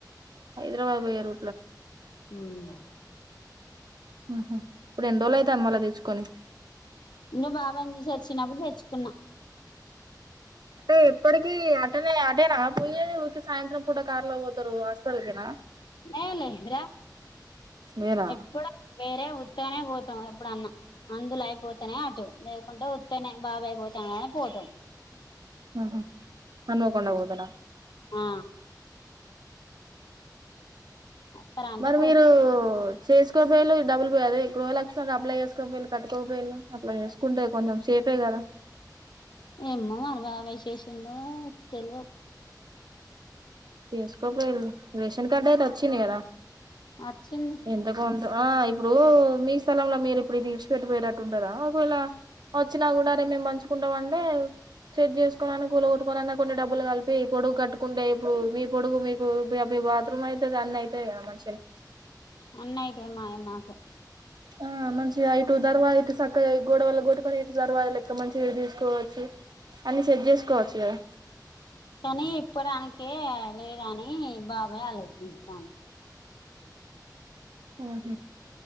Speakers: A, on the right; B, on the left.
A: హైదరాబాద్ పోయే రూ
B: హ్మ్మ్
A: మ్మ్ హ్మ్ ఇప్పుడు ఎన్ని రోజులు అయితాంది మళ్ళా తెచ్చుకొని
B: ఇంగ బాబాని చూసి వచ్చినప్పుడు తెచ్చుకున్న
A: అంటే ఎప్పటికీ అటనే అటేనా పోయేది ఊరికి సాయంత్రం పూట కార్లో పోతారు హాస్పిటల్ కేనా
B: ఏ లేదురా
A: వేరా
B: ఎప్పుడో వేరే ఊరి వత్తేనే పోతాం ఎప్పుడన్న మందులు అయిపోతనే అటు, లేకుంటే వత్తనే బాబాయి పోతానే పోతం
A: ఆహ హన్మకొండ పోతర
B: ఆ వస్తారా అంటే
A: మరి
B: పోతాం
A: మీరూ చేసుకోకపోయిళ్ళు డబ్బులు పోయిే అదే గృహ లష్మి కి అప్లై చేసుకోకపోయిళ్ళు కట్టుకోకపోయిళ్ళు అప్లై చేసుకుంటే కొంచెం సేఫే కదా
B: ఏమ్మో మరి బాబాయ్ చేసిండో తెల్వద్
A: చేసుకోకపోయిళ్ళు రేషన్ కార్డు అయితే వచ్చింది కదా
B: అచ్చింది
A: ఎంత కొంత ఆ ఇప్పుడూ మీ స్థలంలో మీరు ఇప్పుడు ఇది ఇడిసిపెట్టిపోయేటట్టు ఉంటదా ఒకవేళ వచ్చినా కూడా రేపు మేము పంచుకుంటాం అంటే సెట్ చేసుకోవలన్న కూల కొట్టుకొని అన్న కొన్ని డబ్బులు కలిపి పొడుగ్గ కట్టుకుంటే ఇప్పుడు మీ పొడుగు మీకు మీ బాత్రూమ్ అయితది అన్నీ అయితయి కదా మంచిగనే
B: అన్న అయితయి మాయి మాకె
A: ఆ మంచిగా ఇటు దర్వాజా ఇటు చక్కగా గోడవల్ల కొట్టుకొని ఇటు తర్వాత లెక్క మంచిగా తీసుకోవచ్చు అన్ని సెట్ చేసుకోవచ్చు కదా
B: కానీ ఇప్పడానికే లేదని బాబాయ్ ఆలోచించుతండు
A: ఆహ